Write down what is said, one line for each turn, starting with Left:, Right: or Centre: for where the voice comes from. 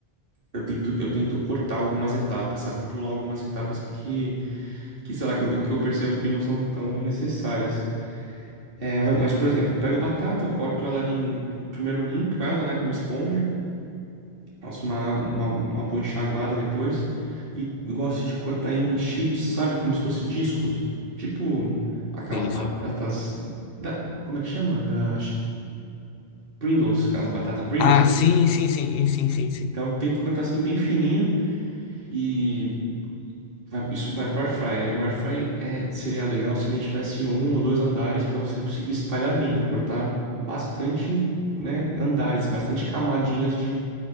Right: Eu tento, eu tento cortar algumas etapas, sabe? Pular algumas etapas que, que sei lá, quando- que eu percebo que não são tão necessárias. É, mas, por exemplo, eu pego batata, eu corto ela ali em. Primeiro limpo ela, né, como esponja. Passo uma, água- uma, uma boa enxaguada depois. E gosto de cortar em chips, sabe? Como se fosse discos. Tipo aquelas
Left: Sim,
Right: batatas.
Left: sim.
Right: da- como é que chama? Da Pringles, aquelas batatas Pringles.
Left: Ah,
Right: Tem-
Left: sim, sim, sim, sim, sim. sim.
Right: Então eu tento cortar assim bem fininho e vai, isso vai pro air fry. Aí o air fry é, seria legal se ele tivesse um ou dois andares para você conseguir espalhar bem, cortar bastante, né, andares, bastante camadinhas de,